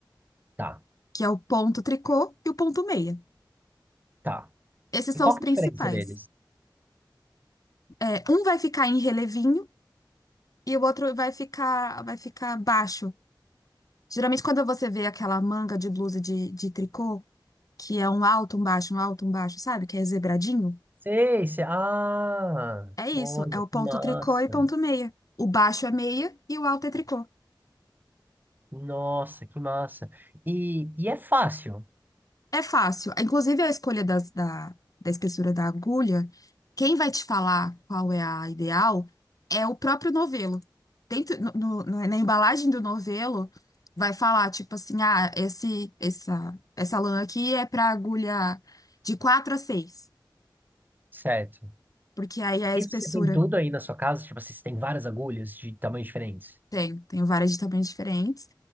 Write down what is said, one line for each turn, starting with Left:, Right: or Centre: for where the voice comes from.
Right: Tá,
Left: que é o ponto tricô e o ponto meia.
Right: tá.
Left: Esses
Right: E
Left: são
Right: qual
Left: os
Right: que
Left: principais.
Right: é a diferença deles?
Left: É, um vai ficar em relevinho e o outro vai ficar, vai ficar baixo. Geralmente, quando você vê aquela manga de blusa de, de tricô, que é um alto, um baixo, um alto, um baixo, sabe? Que é zebradinho.
Right: Sei, sei. Ah,
Left: É isso,
Right: olha,
Left: é o ponto
Right: que massa.
Left: tricô e ponto meia. O baixo é meia e o alto é tricô.
Right: Nossa, que massa. E, e é fácil,
Left: É fácil. Inclusive, a escolha das- da, da espessura da agulha, quem vai te falar qual é a ideal é o próprio novelo. Dentro, no- no- no- na embalagem do novelo, vai falar, tipo assim, ah, esse, essa, essa lã aqui é para agulha de 4 a 6,
Right: certo?
Left: porque aí é a
Right: E
Left: espessura
Right: você tem tudo aí na sua casa? Tipo assim, você tem várias agulhas de tamanhos diferentes?
Left: tem, tem várias de tamanhos diferentes.